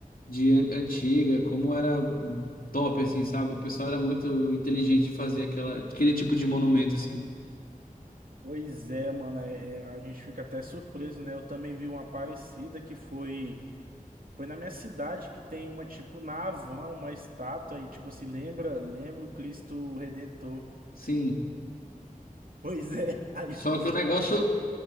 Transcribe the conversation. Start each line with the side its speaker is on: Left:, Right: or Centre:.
Left: de an- antiga, como era top, assim, sabe? O pessoal era muito inteligente de fazer aquela, aquele tipo de monumento, assim.
Right: Pois é, mano, é- é, a gente fica até surpreso, né? Eu também vi uma parecida que foi foi na minha cidade que tem uma tipo na Havan, uma estátua e tipo assim, lembra, lembra o Cristo Redentor.
Left: Sim.
Right: Pois é, <laughs> aí
Left: Só
Right: eu fiquei
Left: que
Right: surpreso.
Left: o negócio,